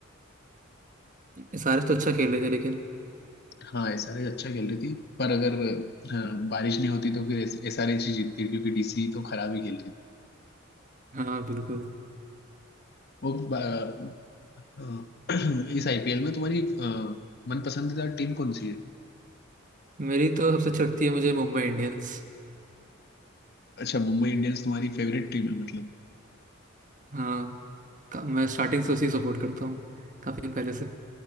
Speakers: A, on the right; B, on the left.
A: एसआरएच तो अच्छा खेल रहे थे लेकिन
B: हाँ एसआरएच अच्छा खेल रही थी पर अगर हाँ, बारिश नहीं होती तो फिर एसआरएच ही जीतती क्योंकि डीसी तो खराब ही खेल रही थी
A: हाँ बिल्कुल
B: वो बा- <clears throat> इस आईपीएल में तुम्हारी अ, मन पसंदीदा टीम कौन सी है
A: मेरी तो सबसे अच्छी लगती है मुझे मुंबई इंडियंस
B: अच्छा मुंबई इंडियंस तुम्हारी फेवरेट टीम है मतलब
A: हाँ का- मैं स्टार्टिंग से उसी सपोर्ट करता हूँ काफी पहले से